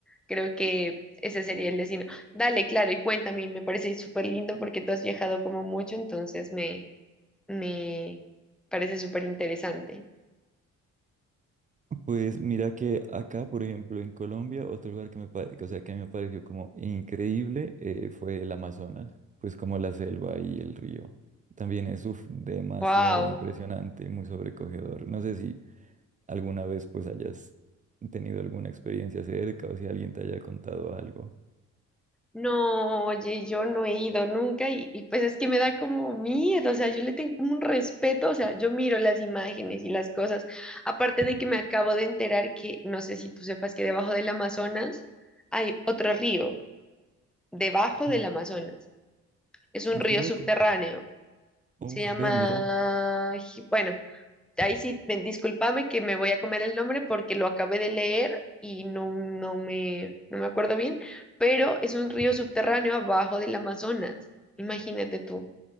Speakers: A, in the centre; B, on the right.
A: creo que ese sería el destino. Dale, claro, y cuéntame, y me parece súper lindo porque tú has viajado como mucho, entonces me, me parece súper interesante.
B: Pues mira que acá, por ejemplo, en Colombia, otro lugar que me pare- o sea, que a mí me pareció como increíble eh, fue el Amazonas, pues como la selva y el río. También es uf, demasiado
A: Wow.
B: impresionante y muy sobrecogedor. No sé si alguna vez pues hayas tenido alguna experiencia cerca o si alguien te haya contado algo.
A: No, oye, yo no he ido nunca y, y pues es que me da como miedo, o sea, yo le tengo como un respeto, o sea, yo miro las imágenes y las cosas, aparte de que me acabo de enterar que, no sé si tú sepas que debajo del Amazonas hay otro río, debajo
B: Mm,
A: del Amazonas, es un
B: mm,
A: río
B: qué loco.
A: subterráneo,
B: Uy,
A: se llama,
B: ve, mira.
A: Ji- bueno, ahí sí, me- discúlpame que me voy a comer el nombre porque lo acabé de leer y no, no me, no me acuerdo bien, pero es un río subterráneo abajo del Amazonas. Imagínate tú.